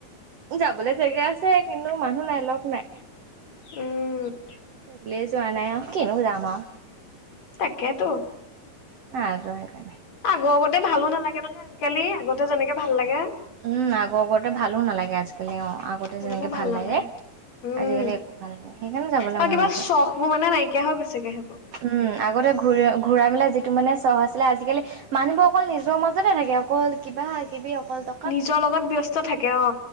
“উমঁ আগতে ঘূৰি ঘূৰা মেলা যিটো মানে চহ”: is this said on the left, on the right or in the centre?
Right